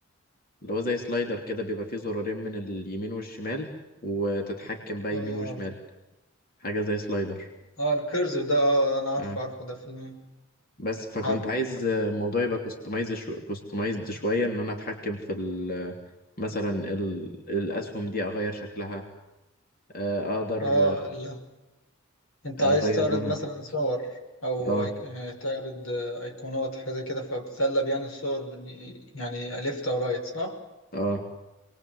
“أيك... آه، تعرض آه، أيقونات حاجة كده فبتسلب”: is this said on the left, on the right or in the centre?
Left